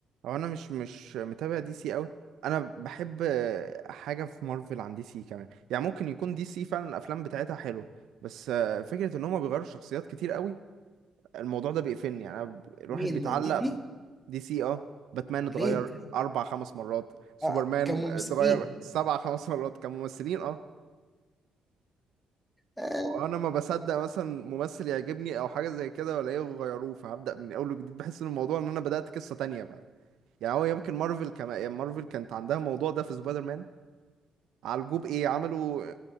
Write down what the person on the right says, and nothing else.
هو انا مش مش متابع دي سي قوي انا بحب آه، حاجه في مارفل عن دي سي كمان يعني ممكن يكون دي سي فعلا الافلام بتاعتها حلوه بس آه، فكره ان هما بيغيروا الشخصيات كتير قوي الموضوع ده بيقفلني يعني أنا ب- الواحد
بيتعلق
ب-
دي سي اه باتمان اتغير
اربع خمس مرات سوبرمان
اتغير سبع خمس مرات كممثلين اه
وانا ما بصدق مثلا ممثل يعجبني او حاجه زي كده ولا ايه غيروه فهبدا من اول وجديد بحس ان الموضوع ان انا بدات قصه تانية يعني هو يمكن مارفل كما يعني مارفل كانت عندها موضوع ده في سبايدر مان عالجوه بايه عملوا